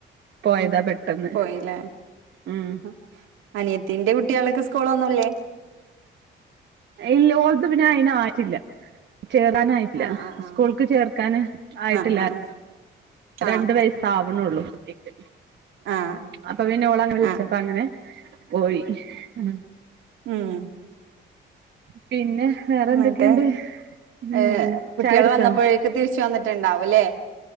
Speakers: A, on the right; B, on the right.
A: പോയതാ
B: ഉം
A: പെട്ടെന്ന്
B: പോയില്ലേ
A: ഉം
B: ആ. അനിയത്തിന്റെ കുട്ടികൾക്ക് സ്കൂളൊന്നുംല്ലേ
A: ഇല്ല ഓളത്ത് പിന്നെ അയിന് ആറ്റില്ല ചേരാനായിട്ടില്ല
B: ആഹ്
A: സ്കൂൾക്ക്
B: ആഹ്
A: ചേർക്കാന് ആയിട്ടില്ല
B: ആഹ് ആഹ് ആഹ്
A: രണ്ട്
B: ആഹ്
A: വയസാവ ണുള്ളു കുട്ടിക്ക്
B: ആഹ്
A: അപ്പൊ പിന്നെ ഓളങ്ങ് വിളിച്ചപ്പ
B: ആഹ്
A: അങ്ങനെ പോയി ഉം
B: ഉം
A: പിന്നെ വേറെ
B: എന്നിട്ട്
A: എന്തൊക്കെയുണ്ട് ഉം
B: ഏ കുട്ടിയോള്
A: ചായുടിച്ചോ
B: വന്നപ്പോഴേക്ക് തിരിച്ച് വന്നിട്ടുണ്ടാവൂല്ലേ